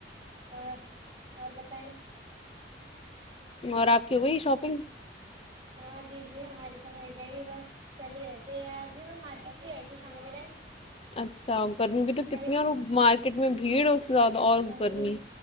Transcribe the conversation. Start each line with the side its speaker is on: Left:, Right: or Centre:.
Right: اور اوررگرتائ
Left: اور آپ کی ہو گئی شاپنگ
Right: ہاں جی جی ہماری تو ہو گئی بس چل ہی رہےتے آج بھی میں مارکیٹ سے آئی تھی شام کے ٹائم
Left: اچھا گرمی بھی تو
Right: بھائی
Left: کتنی اور مارچ کتنی بھیڑ اس سے زیادہ اور
Right: بھائی
Left: گرمی